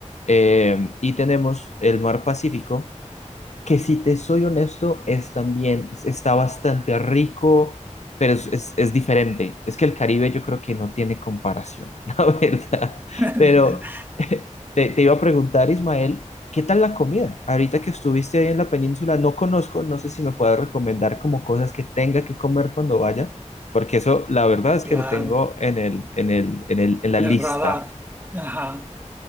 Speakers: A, on the left; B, on the right.
A: eh, y tenemos el Mar Pacífico que si te soy honesto, es también, es- está bastante rico, pero es, es- es diferente. Es que el Caribe yo creo que no tiene comparación, <laughs> la verdad.
B: <laughs>
A: Pero <laughs> eh, te, te iba a preguntar, Ismael, ¿qué tal la comida? Ahorita que estuviste ahí en la península, no conozco, no sé si me puedes recomendar como cosas que tenga que comer cuando vaya, porque eso, la verdad es que
B: Claro,
A: lo tengo en el, en el, en el, en la
B: en
A: lista.
B: el radar. Ajá.